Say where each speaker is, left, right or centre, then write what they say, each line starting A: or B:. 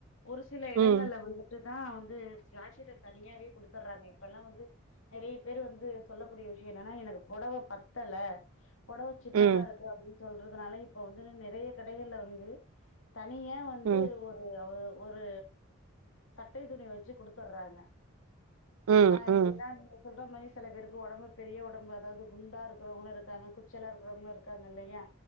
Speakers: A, on the left; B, on the right.
A: ஒரு சில எடங்கள்ல
B: ம்
A: வந்துட்டுதா வந்து ஜாக்கெட் தணியாவே குடுத்துர்றாங்க இப்பெல்லா வந்து நெறைய பேரு வந்து சொல்லக்கூடிய விஷ்யோ என்னன்னா எனக்கு பொடவ பத்தல பொடவ சின்னதா
B: ம்
A: இருக்கு அப்டின்னு சொல்றதுனால இப்ப வந்து நெறைய கடைகள்ல வந்து தனியா வந்து
B: ம்
A: ஒரு அ ஒரு சட்டை துணி வச்சு குடுத்துர்றாங்க
B: ம்
A: அ
B: ம்
A: ஏன்னா நீங்க சொல்ற மாரி செல பேருக்கு ஒடம்பு பெரிய ஒடம்பு அதாவுது குண்டா இருக்கிறவங்களு இருக்காங்க குச்சலா இருக்கிறவங்களு இருக்காங்க இல்லையா